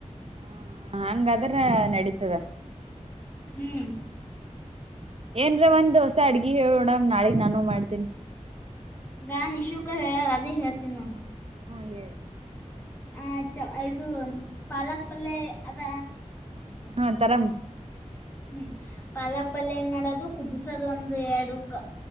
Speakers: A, on the right; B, on the left.
A: ಹಾ ಹ ಹಂಗದರೆ ನಡೀತದ
B: ಹ್ಮ್
A: ಏನ್ರ ಒಂದ್ ದೋಸ ಅಡ್ಗಿ ಹೇಳೋಣ ನಾಳೆಗ್ ನಾನು ಮಾಡತೀನಿ
B: ನಾನ್ ನಿಶೂಕ ಹೇಳಾರ ಅದೇ ಹೇಳ್ತೀ ನೋ
A: ಹ್ಮ ಹೇಳು
B: ಆ ಚ ಅದು ಒಂದ್ ಪಾಲಕ್ ಪಲ್ಯೆ ಅದ
A: ಹಾ ತರಾಮ್
B: ಹ್ಮ್ ಪಾಲಕ್ ಪಲ್ಯೆ ಏನ್ ಮಾಡೋದು ಕುದುಸೋದು ಒಂದ್ ಎರಡ್ ಹೂಕ್ಕ